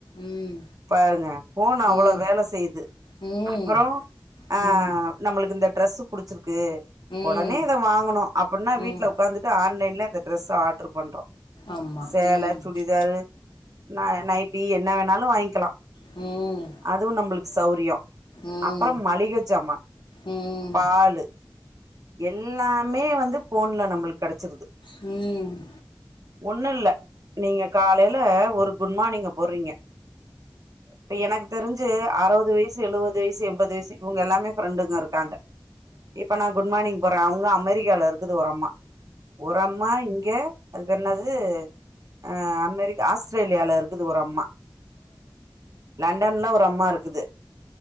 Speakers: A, on the left (about 85°); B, on the right (about 50°).
A: ம்
B: பாருங்க போன் அவ்ளோ
A: ம்
B: வேல செய்து
A: ம்
B: அப்றோ ஆ
A: ம்
B: நம்மளுக்கு இந்த டிரெஸு புடிச்சிருக்கு
A: ம்
B: ஒடனே இத வாங்கனு அப்பின்னா வீட்ல
A: ம்
B: உக்காந்துட்டு ஆன்லைன்ல இந்த டிரெஸ்ஸ ஆட்ரு பண்றோ
A: ஆமாம்
B: சேல
A: ம்
B: சுடிதாரு நா நைட்டி என்ன வேணாலு வாய்ன்க்லா
A: ம்
B: அதுவு நம்ளுக்கு சௌரியோ
A: ம் ம்
B: அப்றோ மளிக ஜாமான்
A: ம்
B: பாலு எல்லாமே வந்து போன்ல நம்ளுக் கெடச்சிருது
A: ம்
B: ஒண்ணுல்ல நீங்க காலைல ஒரு குட் மார்னிங்க போட்றீங்க இப்ப எனக்கு தெரிஞ் சு அறுவது வய்சு எழுவது வய்சு எம்பது வய்சு இவுங்க எல்லாமே ஃபிரெண்டுங்கருக்காங்க இப்ப நா குட் மார்னிங் போட்றே அவுங்க அமெரிக்கால இருக்குது ஒரு அம்மா ஒரம்மா இங்க அது பேரென்னாது அ அமெரிக்கா ஆஸ்த் ரேலியா இருக்குது ஒரம்மா லண்டன்ல ஒரு அம்மாருக்குது